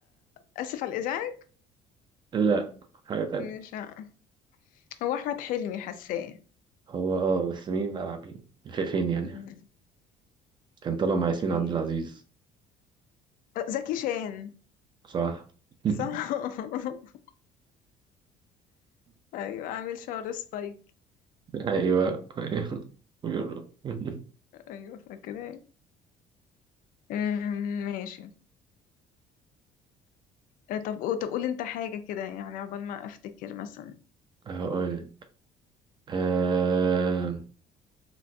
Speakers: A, on the left (about 65°); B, on the right (about 30°).
A: اسف على الازعاج
B: لا حاجة تانية
A: مش ع- هو احمد حلمي حاساه
B: هو اه بس مين بقى مع مين ف- فين يعني
A: مم.
B: كان طالع مع ياسمين
A: في
B: عبد العزيز
A: زكي شان
B: صح <laughs>
A: صح <laughs> ايوه عامل شعر سبايك
B: ايوه ايوه بيقول له <laughs>
A: ايوه فاكراه أمم، ماشي آه، طب قو- طب قول انت حاجه كده يعني عقبال ما افتكر مثلا
B: هقول آه...